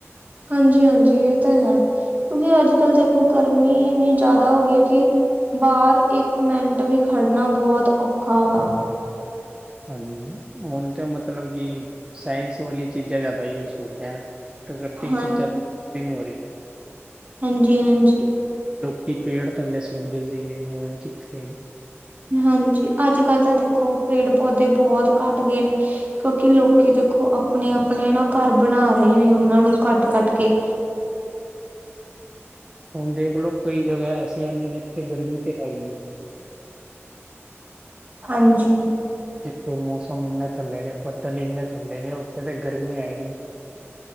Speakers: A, on the right; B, on the right.
A: ਹਾਂਜੀ-ਹਾਂਜੀ, ਏ ਤਾਂ ਹੈ ਕਿਉਂਕਿ ਅੱਜ-ਕੱਲ੍ਹ ਦੇਖੋ ਗਰਮੀ ਏਨੀ ਜਾਦਾ ਹੋ ਗੀ ਐ ਕਿ ਬਾਰ ਇੱਕ ਮਿੰਟ ਵੀ ਖੜਨਾ ਬਹੁਤ ਔਖਾ ਹਗਾ।
B: ਹਾਂਜੀ, ਹੁਨ ਤੇ ਮਤਲਬ ਕਿ ਸਾਇੰਸ ਵਾਲੀ ਚੀਜ਼ਾਂ ਜਾਦਾ ਯੂਜ ਹੋ ਰਿਆਂ। ਪ੍ਰਕ੍ਰਤਿਕ
A: ਹਾਂ
B: ਚੀਜਾ ਤੇ ਨੀ ਹੋ ਰੀ।
A: ਹਾਂਜੀ-ਹਾਂਜੀ।
B: ਲੋਕੀ ਪੇੜ ਥੱਲੇ ਸੋਂਦੇ ਸੀਗੇ, ਹੁਣ ਕਿੱਥੇ
A: ਹਾਂਜੀ, ਅੱਜ ਕੱਲ੍ਹ ਤਾਂ ਦੇਖੋ ਪੇੜ ਪੌਦੇ ਬੋਤ ਘੱਟ ਗਏ ਨੇ। ਕਿਉਂਕਿ ਲੋਕੀ ਦੇਖੋ, ਆਪਨੇ-ਆਪਨੇ ਨਾ ਘਰ ਬਣਾ ਰਹੇ ਨੇ ਓਹਨਾਂ ਨੂੰ ਕੱਟ-ਕੱਟ ਕੇ।
B: ਹੁਣ ਦੇਖਲੋ ਕਈ ਜਗ੍ਹਾ ਐਸੀਆਂ ਨੇ ਜਿੱਥੇ ਗਰਮੀ ਤੇ ਹੈ ਹੀ ਨੀ।
A: ਹਾਂਜੀ।
B: ਜਿੱਥੇ ਮੌਸਮ ਇੰਨੇ ਧੱਲੇ ਨੇ ਬੱਦਲ ਇੰਨੇ ਧੱਲੇ ਨੇ ਉੱਥੇ ਤਾਂ ਗਰਮੀ ਹੈ ਹੀ ਨੀਂ